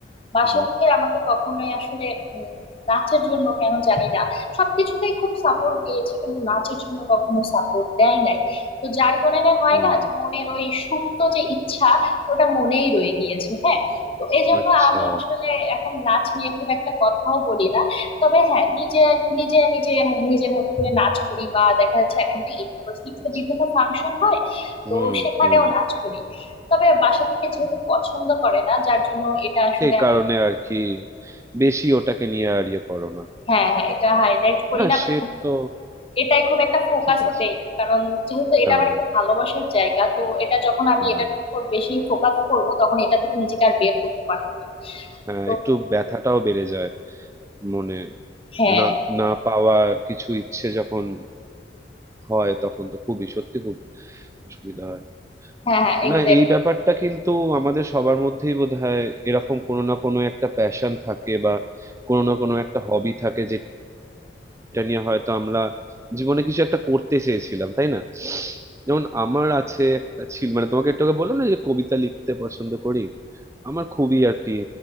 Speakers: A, on the left; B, on the right.
A: বাসা
B: হুম
A: থেকে আমাকে কখনোই আসলে উম, নাচের জন্য কেন জানি না সবকিছুতেই খুব সাপোর্ট দিয়েছে কিন্তু নাচের জন্য কখনো সাপোর্ট দেয় নাই তো যার কারণে হয়
B: হুম
A: না যে মনের ওই সুপ্ত যে ইচ্ছা ওটা মনেই রয়ে গিয়েছে হ্যাঁ তো এই জন্য
B: আচ্ছা
A: আমি আসলে এখন নাচ নিয়ে খুব একটা কথাও বলি না তবে হ্যাঁ নিজে নিজে নিজে নিজের মতো করে নাচ করি বা দেখা যাচ্ছে এখন তো ইউনিভার্সিটিতে
B: আচ্ছা
A: বিভিন্ন ফাংশন হয়
B: হুম
A: তো সেখানেও
B: হুম
A: নাচ করি তবে বাসা থেকে যেহেতু পছন্দ করে না যার জন্য এটা আসলে
B: সেই কারণে আর কি বেশি ওটাকে নিয়ে আর ইয়ে করো না
A: হ্যাঁ হ্যাঁ এটা হাইলাইট করি
B: না
A: না
B: সে
A: বা
B: তো
A: এটাই খুব একটা ফোকাসও
B: ঠিক আছে
A: দেই না কারণ যেহেতু এটা
B: না
A: আমার
B: না
A: একটা
B: না
A: ভালোবাসার জায়গা তো এটা যখন আমি
B: হ্যাঁ
A: এটার উপর বেশি ফোকাস করব তখন এটা থেকে নিজেকে আর বের করতে পারবো না
B: হ্যাঁ
A: তো
B: একটু ব্যথাটাও বেড়ে যায় মনে
A: হ্যাঁ
B: না না পাওয়া কিছু ইচ্ছে যখন হয় তখন তো খুবই সত্যি খুব অসুবিধা হয়
A: হ্যাঁ হ্যাঁ এক্স্যাক্ট
B: না এই ব্যাপারটা কিন্তু আমাদের সবার মধ্যেই বোধহয় এরকম কোনো না কোনো একটা প্যাশন থাকে বা কোনো না কোনো একটা হবি থাকে এটা নিয়ে হয়তো আমরা জীবনে কিছু একটা করতে চেয়েছিলাম তাই না যেমন আমার আছে একটা ছিল মানে তোমাকে একটু আগে বললাম না যে কবিতা লিখতে পছন্দ করি আমার খুবই আর কি